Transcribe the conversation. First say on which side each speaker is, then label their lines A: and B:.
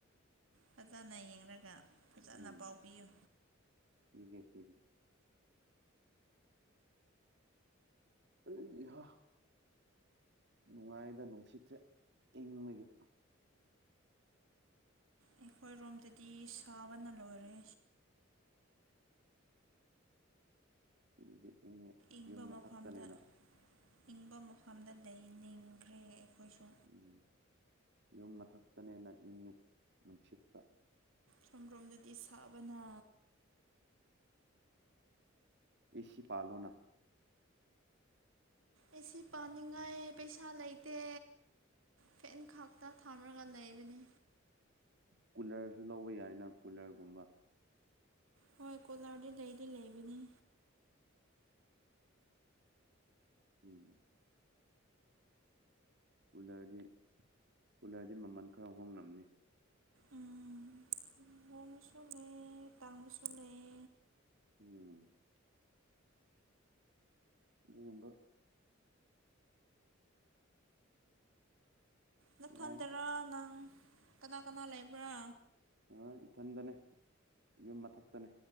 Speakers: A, on the right; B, on the right.
A: ꯐꯖꯅ ꯌꯦꯡꯔꯒ ꯐꯖꯅ
B: ꯎꯝ
A: ꯄꯥꯎ ꯄꯤꯌꯨ
B: ꯄꯤꯒꯦ ꯄꯤꯒꯦ ꯑꯩ ꯏꯍꯥ ꯅꯨꯡꯉꯥꯏꯗ ꯅꯨꯡꯁꯤꯠꯁꯦ ꯏꯪꯕꯒꯤ
A: ꯑꯩꯈꯣꯏ ꯔꯣꯝꯗꯗꯤ ꯁꯥꯕꯅ ꯂꯣꯏꯔꯦ
B: <unintelligible> ꯏꯪꯉꯦ
A: ꯏꯪꯕ
B: ꯌꯨꯝ
A: ꯃꯐꯝꯗ
B: ꯃꯊꯛꯇꯅꯤꯅ
A: ꯏꯪꯕ ꯃꯐꯝꯗ ꯂꯩ ꯅꯤꯡꯈ꯭ꯔꯦ ꯑꯩꯈꯣꯏꯁꯨ
B: ꯎꯝ ꯌꯨꯝ ꯃꯊꯛꯇꯅꯦꯅ ꯏꯪꯉꯤ ꯅꯨꯡꯁꯤꯠꯇ
A: ꯁꯣꯝ ꯔꯣꯝꯗꯗꯤ ꯁꯥꯕꯅ
B: ꯑꯦꯁꯤ ꯄꯥꯜꯂꯣꯅ
A: ꯑꯦꯁꯤ ꯄꯥꯟꯅꯤꯡꯉꯥꯏ ꯄꯩꯁꯥ ꯂꯩꯇꯦ ꯐꯦꯟ ꯈꯥꯛꯇ ꯊꯥꯔꯒ ꯂꯩꯕꯅꯤ
B: ꯀꯨꯂꯔꯁꯨ ꯂꯧꯕ ꯌꯥꯏꯅ ꯀꯨꯂꯔꯒꯨꯝꯕ
A: ꯍꯣꯏ ꯀꯨꯂꯔꯗꯤ ꯂꯩꯗꯤ ꯂꯩꯕꯅꯤ
B: ꯎꯝ ꯀꯨꯂꯔꯗꯤ ꯀꯨꯂꯔꯗꯤ ꯃꯃꯜ ꯈꯔ ꯍꯣꯡꯂꯝꯅꯤ
A: ꯎꯝ ꯍꯣꯡꯕꯁꯨ ꯂꯩ ꯇꯥꯡꯕꯁꯨ ꯂꯩ
B: ꯎꯝ ꯑꯗꯨꯒꯨꯝꯕ
A: ꯅꯊꯟꯇꯥꯔꯥ
B: ꯌꯥꯏꯗ
A: ꯅꯪ ꯀꯅꯥ ꯀꯅꯥ ꯂꯩꯕ꯭ꯔꯥ
B: ꯑ ꯏꯊꯟꯇꯅꯦ ꯌꯨꯝ ꯃꯊꯛꯇꯅꯦ